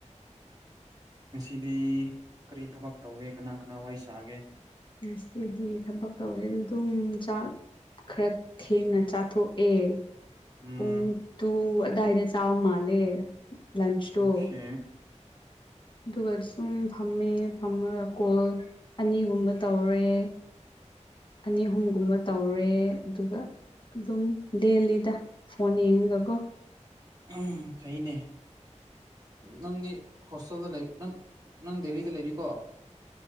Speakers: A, on the right (about 30°); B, on the left (about 40°).
A: ꯉꯁꯤꯗꯤ ꯀꯔꯤ ꯊꯕꯛ ꯇꯧꯒꯦ ꯀꯅꯥ ꯀꯅꯥ ꯋꯥꯔꯤ ꯁꯥꯒꯦ
B: ꯉꯁꯤꯗꯤ ꯊꯕꯛ ꯇꯧꯗꯦ ꯑꯗꯨꯝ ꯆꯥꯛ ꯈꯔ ꯊꯦꯡꯅ ꯆꯥꯊꯣꯛꯑꯦ
A: ꯎꯝ
B: ꯄꯨꯡ ꯇꯨ ꯑꯥꯗꯥꯏꯗ ꯆꯥꯕ ꯃꯥꯂꯦ ꯂꯥꯟꯁꯇꯣ
A: ꯑꯣꯀꯦ
B: ꯑꯗꯨꯒ ꯁꯨꯝ ꯐꯝꯃꯦ ꯐꯝꯃꯒ ꯀꯣꯜ ꯑꯅꯤꯒꯨꯝꯕ ꯇꯧꯔꯦ ꯑꯅꯤ ꯑꯍꯨꯝꯒꯨꯝꯕ ꯇꯧꯔꯦ ꯑꯗꯨꯒ ꯑꯗꯨꯝ ꯂꯦꯜꯂꯤꯗ ꯐꯣꯟ ꯌꯦꯡꯉꯒꯀꯣ
A: ꯎꯝ ꯐꯩꯅꯦ ꯅꯪꯗꯤ ꯍꯣꯁꯇꯦꯜꯗ ꯂꯩ ꯅꯪ ꯅꯪ ꯗꯦꯂꯤꯗ ꯂꯩꯔꯤꯀꯣ